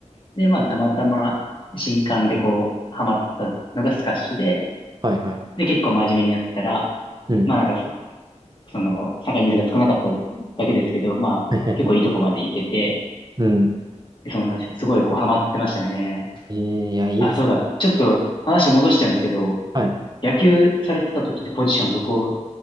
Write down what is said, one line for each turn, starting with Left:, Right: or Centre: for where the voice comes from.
Left: で、まあ、たまたま、新刊でこう、ハマったのがスカッシュで、
Right: はいはい。
Left: で、結構真面目にやったら、
Right: うん。
Left: まあ、なんかそ、その、参加人数が少なかっただけですけど、まあ、
Right: <laughs> はいはいはい
Left: 結構いいとこまで行けて、
Right: うん。
Left: そうなんですよ。すごいこう、ハマってましたね。
Right: えーいや、いいです。
Left: あ、そうだ。ちょっと、話戻しちゃうんですけど、
Right: はい。
Left: 野球されてた時ってポジションどこ